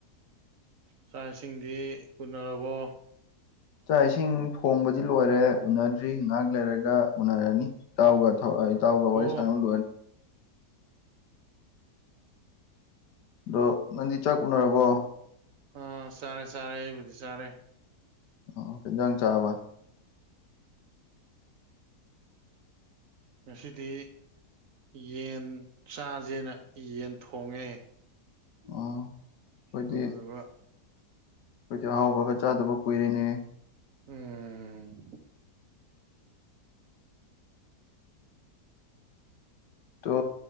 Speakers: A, on the right; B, on the left.
A: ꯆꯥꯏꯁꯤꯡꯗꯤ ꯎꯨꯅꯔꯕꯣ
B: ꯆꯥꯛ ꯏꯁꯤꯡ ꯊꯣꯡꯕꯗꯤ ꯂꯣꯏꯔꯦ ꯎꯅꯗ꯭ꯔꯤ ꯉꯥꯏꯍꯥꯛ ꯂꯩꯔꯒ ꯎꯅꯔꯅꯤ ꯏꯇꯥꯎꯒ ꯏꯇꯥꯎꯒ
A: ꯑꯣ
B: ꯋꯥꯔꯤ ꯁꯥꯟꯅꯕꯅ ꯂꯣꯏꯔꯒ ꯑꯗꯣ ꯅꯪꯗꯤ ꯆꯥꯛ ꯎꯅꯔꯕꯣ
A: ꯑꯥ ꯆꯥꯔꯦ ꯆꯥꯔꯦ ꯑꯩꯕꯨꯗꯤ ꯆꯥꯔꯦ
B: ꯑꯣ ꯀꯩ ꯌꯦꯟꯁꯥꯡ ꯆꯔꯕ
A: ꯉꯁꯤꯗꯤ ꯌꯦꯟ ꯆꯥꯥꯁꯦꯅ ꯌꯦꯟ ꯊꯣꯡꯉꯦ
B: ꯑꯣ ꯑꯩꯈꯣꯏꯗꯤ
A: ꯑꯗꯨꯗꯨꯒ
B: ꯑꯩꯈꯣꯏꯗꯤ ꯑꯍꯥꯎꯕꯒ ꯆꯥꯗꯕ ꯀꯨꯏꯔꯤꯅꯦ
A: ꯎꯝ
B: ꯇꯣ